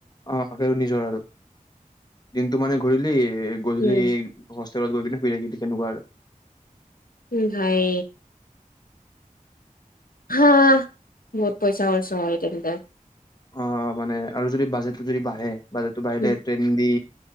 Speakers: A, on the left; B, on the left.
A: অ আক আৰু নিজৰ আৰু দিনটো মানে ঘূৰিলি গধুলি'।
B: উম
A: ওচৰত গৈ পিনি শুই থাকিলি কেনেকুৱা আৰু'।
B: ম, ভাই। হা বহুত পইচা খৰচ হয় তেন্তে
A: অ, মানে আৰু যদি বাজেটটো যদি বাঢ়ে। বাজেটতো বাহিলে
B: উম
A: ট্ৰেইন দি'।